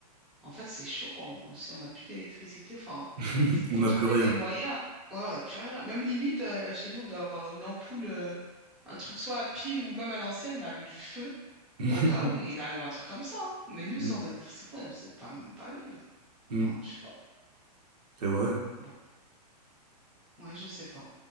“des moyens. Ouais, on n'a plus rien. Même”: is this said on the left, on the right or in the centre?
Centre